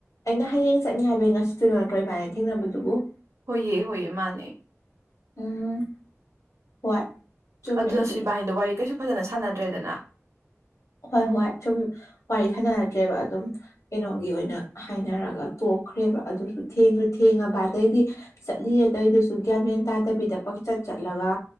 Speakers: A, on the left; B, on the right.
A: ꯑꯩꯅ ꯍꯌꯦꯡ ꯆꯠꯅꯤ ꯍꯥꯏꯕꯒꯤ ꯉꯁꯤꯗꯨꯗ ꯅꯠꯇ꯭ꯔꫭ ꯏꯕꯥꯅꯤ ꯊꯦꯡꯅꯕꯗꯨꯕꯨ
B: ꯍꯣꯏꯌꯦ ꯍꯣꯏꯌꯦ ꯃꯥꯅꯦ
A: ꯎꯝ ꯍꯣꯏ ꯆꯨꯝꯃꯦ
B: ꯑꯗꯨꯗꯁꯨ
A: ꯑꯗꯨꯗ
B: ꯏꯕꯥꯅꯤꯗꫭ ꯋꯥꯔꯤ ꯀꯩꯁꯨ ꯐꯖꯅ ꯁꯥꯟꯅꯗ꯭ꯔꯦꯗꯅ
A: ꯍꯣꯏ ꯍꯣꯏ ꯁꯨꯝ ꯋꯥꯔꯤ ꯁꯥꯟꯅꯔꯛꯇ꯭ꯔꯦꯕ ꯑꯗꯨꯝ ꯀꯩꯅꯣꯒꯤ ꯑꯣꯏꯅ ꯍꯥꯏꯅꯔꯒ ꯇꯣꯛꯈ꯭ꯔꯦꯕ ꯑꯗꯨꯁꯨ ꯊꯦꯡꯁꯨ ꯊꯦꯡꯉꯕ ꯑꯗꯩꯗꯤ ꯆꯠꯂꯤ ꯑ ꯑꯗꯨꯏꯗꯨꯁꯨ ꯒ꯭ꯌꯥꯟ ꯃꯦꯟ ꯇꯥꯗꯕꯤꯗ ꯄꯪꯆꯠ ꯆꯠꯂꯒ